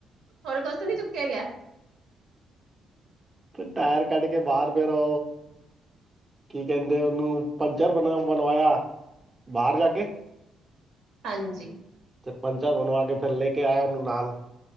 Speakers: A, on the right; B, on the right.
A: ਹੋਰ ਕੋਛ ਨੀ ਚੁੱਕੇਆ ਗੇਆ?
B: ਤੇ ਟੈਰ ਕਾੱਢ ਕੇ ਬਾਰ ਫੇਰ ਓ ਕੀ ਕੈਂਦੇ ਓਨੂੰ, ਪੰਚਰ ਬਨਾ ਬਨਵਾਏਆ। ਬਾਰ ਜਾ ਕੇ
A: ਹਾਂਜੀ
B: ਤੇ ਪੰਚਾ ਬਨਵਾ ਕੇ ਫੇਰ ਲੇਕੇ ਆਯਾ ਓਨੂੰ ਨਾਲ।